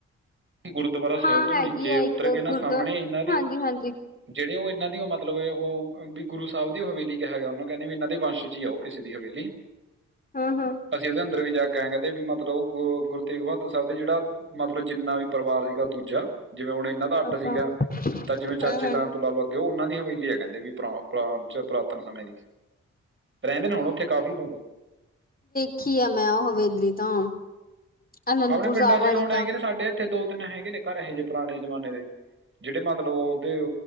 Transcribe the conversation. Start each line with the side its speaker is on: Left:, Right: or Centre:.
Right: ਗੁਰਦੁਆਾਰਰਾ ਸਾਹਿਬ
Left: ਹਾਂ
Right: ਤੋਂ
Left: ਹੈਗੀ
Right: ਨੀਚੇ
Left: ਆ
Right: ਉਤਰ
Left: ਇੱਕ
Right: ਕੇ ਇਹਨਾਂ
Left: ਗੁਰਦੁਆ
Right: ਸਾਹਮਣੇ ਇਹਨਾਂ ਦੇ
Left: ਹਾਂਜੀ ਹਾਂਜੀ
Right: ਜਿੇ ਉਹ ਇਹਨਾਂ ਦੀ ਮਤਲਬ ਹੈ ਔ ਹ ਗੁਰੂ ਸਾਹਿਬ ਹੋਵੇਲੀ ਕਿਹਾ ਗਿਆ ਉਹੂੰ ਕਹਿੰ ਵੀ ਇਹਨਾ ਦੇ ਵੰਸ਼ ਚ ਹੀ ਔ ਕਿਸੇ ਦੀ ਹਵੇਲੀ।
Left: ਹਮ ਹਮ
Right: ਅਸੀਂ ਉਹਦੇ ਆਂ ਉ ਵੀ ਜਾ ਕੇ ਕਹਿਣ ਕਹਿੰਦੇ ਵੀ ਮਤਲਬ ਗ ਗੁਰੂ ਤੇਗ ਬਹਾਦਰ ਸਾਹਿਬ ਦਾ ਜਿਹੜਾ ਮਤਲਬ ਜਿੰਨਾ ਵੀ ਪਰਿਵਾਰ ਸੀਗਾ ਦੂਜਾ ਜਿਵੇਂ ਹੁਣ ਇਹਨਾਂ ਦਾ ਅੱਡ
Left: ਅੱਛਾ।
Right: ਸੀਗਾ ਤਾਂ ਜਿਵੇਂ
Left: ਹੂੰ
Right: ਚਾਚੇ
Left: ਹੂੰ
Right: ਤਾਂ ਤੋਂ ਅਲਾਵਾ ਉਹਨਾਂ ਦੀ ਹਵੇਲੀ ਹੈ ਕਹਿੰਦੇ ਵੀ ਪੁਰਾ ਪੁਰਾਤਨ ਸਮੇਂ ਦੀ। ਰਹਿੰਦੇ ਨੇ ਹੁਣ ਉੱਥੇ ਕਾਫੀ ਲੋਕ।
Left: ਰਖੀ ਆ ਮੈਂ ਉਹ ਹਵੇਲੀ ਤਾਂ। ਅਨੰਦਪੁਰ
Right: ਆਪਣੇ ਪਿੰਡਾਂ
Left: ਸਾਹਿਬ
Right: ਚ
Left: ਵਾਲੀ
Right: ਵੀ ਹੁਣ ਹੈਗੇ
Left: ਤਾਂ।
Right: ਨੇ ਸਾਡੇ ਇੱਥੇ ਦੋ ਤਿੰਨ ਹੈਗੇ ਨੇ ਘਰ ਇਹੋ ਜਿਹੇ ਪੁਰਾਣੇ ਜਮਾਨੇ ਦੇ। ਜਿਹੜੇ ਮਤਲਬ ਉਹਦੇ